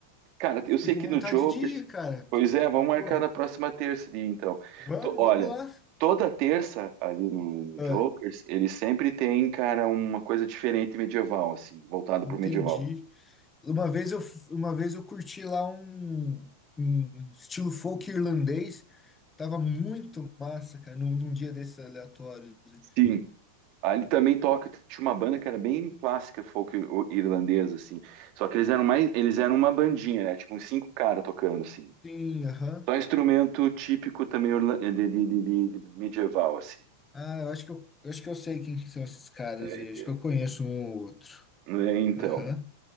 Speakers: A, on the right; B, on the left.
A: Cara, eu
B: Fiquei
A: sei
B: com
A: que
B: vontade
A: no Jokers.
B: de ir, cara.
A: Pois
B: Fiquei-
A: é, vamos marcar
B: Pô,
A: na próxima terça ali, então.
B: vamos,
A: To- olha,
B: vamos lá.
A: toda terça ali no, no
B: Ah,
A: Jokers, ele sempre tem, cara, uma coisa diferente medieval, assim, voltado
B: entendi.
A: pro medieval.
B: Uma vez eu, f- uma vez eu curti lá um, um estilo folk irlandês. Tava muito massa, cara, num, num dia desses aleatórios. assim.
A: Sim. Ali também toca, tinha uma banda que era bem clássica, folk o- irlandesa, assim. Só que eles eram mais, eles eram uma bandinha, né? Tipo, uns cinco caras tocando, assim.
B: Sim, aham.
A: Só instrumento típico também orla- de, de, de, de- de medieval, assim.
B: Ah, eu acho que eu, eu acho que eu sei quem que são esses caras
A: É,
B: aí.
A: ente-
B: Acho que eu conheço um ou outro.
A: é, então.
B: Aham.